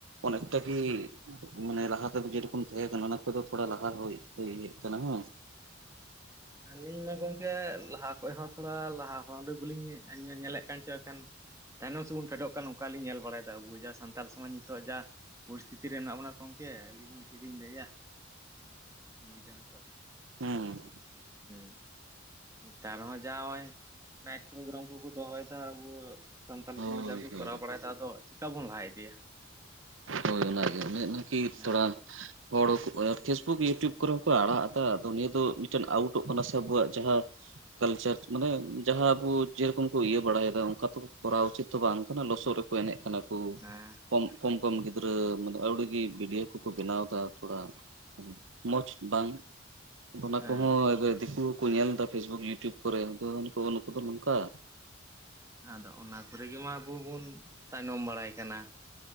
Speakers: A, on the right; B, on the right.
A: ᱚᱱᱮᱠᱴᱟᱤ ᱠᱤ ᱢᱟᱱᱮ, ᱞᱟᱦᱟ ᱛᱮᱫ ᱡᱮ ᱨᱚᱠᱚᱢ ᱛᱟᱦᱮᱸ ᱠᱟᱱᱟ, ᱚᱱᱟ ᱠᱚᱫᱚ ᱛᱷᱚᱲᱟ ᱞᱟᱦᱟ, ᱦᱩᱭ ᱟᱭᱤ ᱠᱟᱱᱟ, ᱦᱩᱸᱻ᱾
B: ᱟᱹᱞᱤᱧ ᱢᱟ ᱜᱚᱝᱠᱮ, ᱞᱟᱦᱟᱸ ᱠᱷᱚᱡ ᱦᱚᱸ ᱛᱷᱚᱲᱟ ᱞᱟᱦᱟ ᱠᱷᱚᱱ ᱦᱚᱸ ᱵᱟᱞᱤᱧ ᱧᱮᱞᱮᱫ ᱠᱟᱱ ᱪᱚ ᱮᱱᱠᱷᱟᱱ ᱛᱟᱭᱱᱚᱢ ᱥᱮᱫ ᱵᱚᱱ ᱯᱷᱮᱰᱚᱜ ᱠᱟᱱ, ᱚᱱᱠᱟ ᱞᱤᱧ ᱧᱮᱞ ᱵᱟᱲᱟᱭᱮᱫᱟ, ᱟᱵᱚ ᱡᱟ, ᱥᱟᱱᱛᱟᱲ ᱥᱚᱢᱟᱡᱽ ᱤᱛᱚᱜ ᱡᱟ ᱾ ᱯᱚᱨᱤᱥᱛᱷᱤᱛᱤ ᱨᱮ ᱢᱮᱱᱟᱜ ᱵᱚᱱᱟ, ᱜᱚᱢᱠᱮ ᱟᱹᱞᱤᱧ ᱦᱚᱸ, ᱪᱮᱫ ᱞᱤᱧ ᱞᱟᱹᱭᱟ, ᱵᱩᱡ ᱮᱫᱟᱢ ᱛᱚ ᱾
A: ᱩᱸᱻᱮᱸ ᱾
B: ᱦᱩᱸ, ᱱᱮᱛᱟᱨ ᱢᱟ ᱡᱟᱶᱟᱭ, ᱱᱟᱭᱤᱴ ᱯᱨᱳᱜᱨᱟᱢ ᱠᱚᱠᱚ, ᱫᱚᱦᱚ ᱭᱮᱫᱟ ᱟᱵᱚ ᱥᱟᱱᱛᱟᱞ
A: ᱦᱳᱭ
B: ᱥᱚᱢᱟᱡᱽ ᱡᱟ ᱠᱚ,
A: ᱦᱳᱭ
B: ᱠᱚᱨᱟᱣ ᱵᱟᱲᱟᱭᱟ ᱛᱚ ᱟᱫᱚ, ᱪᱤᱠᱟᱹ ᱵᱚᱱ ᱞᱟᱦᱟ ᱤᱫᱤᱭᱟ ᱾
A: ᱦᱳᱭ ᱚᱱᱟ ᱜᱮ ᱚᱱᱮ, ᱚᱱᱟᱠᱤ
B: ᱦᱮᱸ
A: ᱛᱷᱚᱲᱟ ᱦᱚᱲ, ᱯᱷᱮᱥᱵᱩᱠ ᱤᱭᱩᱴᱩᱵᱽ ᱠᱚᱨᱮ ᱦᱚᱸᱠᱚ, ᱟᱲᱟᱜ ᱮᱫᱟ, ᱟᱫᱚ ᱱᱤᱭᱟᱹ ᱫᱚ, ᱢᱤᱫᱴᱮᱱ ᱟᱣᱩᱴᱚᱜ ᱠᱟᱱᱟ ᱥᱮ ᱾ ᱟᱸᱵᱚᱹᱣᱟᱜ ᱡᱟᱦᱟᱸ ᱠᱟᱞᱪᱟᱨ ᱢᱟᱱᱮ, ᱡᱟᱦᱟᱸ ᱟᱵᱚ ᱡᱮ ᱨᱚᱠᱚᱢ ᱠᱚ, ᱤᱭᱟᱹ ᱵᱟᱲᱟᱭᱮᱫᱟ ᱾ ᱚᱱᱠᱟ ᱛᱚ, ᱠᱚᱨᱟᱣ ᱩᱪᱤᱛ ᱫᱚ, ᱵᱟᱝ ᱠᱟᱱᱟ ᱾ ᱞᱚᱥᱚᱫ ᱨᱮ ᱾ ᱮᱱᱮᱡ ᱠᱟᱱᱟ ᱠᱚ,
B: ᱦᱮᱸ
A: ᱠᱚᱢ ᱠᱚᱢ ᱜᱤᱫᱽ ᱜᱤᱫᱽᱨᱟᱹ ᱟ. ᱣᱲᱤᱜᱤ ᱵᱷᱤᱰᱳ ᱠᱚᱠᱚ, ᱵᱮᱱᱟᱣ ᱮᱫᱟ, ᱛᱷᱚᱹᱲᱟ ᱾ ᱢᱚᱡᱽ ᱵᱟᱝ, ᱚᱱᱟ
B: ᱦᱮᱸ
A: ᱠᱚᱦᱚᱸᱭ ᱫᱤᱠᱩ ᱠᱚ ᱧᱮᱞ ᱮᱫᱟ, ᱯᱷᱮᱥᱵᱩᱠ ᱤᱭᱩᱴᱩᱵ ᱠᱚᱨᱮ, ᱱᱩᱠᱩ ᱫᱚ ᱱᱚᱝᱠᱟ ᱾
B: ᱟᱫᱚ, ᱚᱱᱟ ᱠᱚᱨᱮ ᱜᱮᱢᱟ, ᱟᱵᱚ ᱵᱚᱱ ᱛᱟᱭᱱᱚᱢ ᱵᱟᱲᱟᱭ ᱠᱟᱱᱟ ᱾